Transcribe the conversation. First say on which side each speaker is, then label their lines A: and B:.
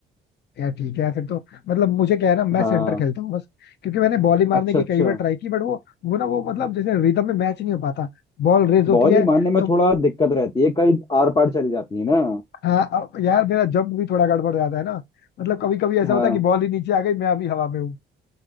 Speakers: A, on the left (about 60°); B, on the left (about 25°).
A: यार ठीक है फिर तो मतलब मुझे क्या है ना मैं
B: हाँ
A: सेंटर खेलता हूँ बस क्योंकि मैंने बॉली मारने
B: अच्छा
A: की
B: अच्छा
A: कई बार ट्राई की बट वो वो ना वो मतलब जैसे रिदम में मैच नहीं हो पाता बॉल रेज होती
B: बॉल
A: है
B: ही मारने में
A: तो
B: थोड़ा दिक्कत रहती है कई आर पार चली जाती है ना
A: हाँ अब यार मेरा जंप भी थोड़ा गड़बड़ हो जाता है ना मतलब कभी कभी ऐसा
B: हाँ
A: होता है कि बॉल ही नीचे आ गई मैं अभी हवा में हूँ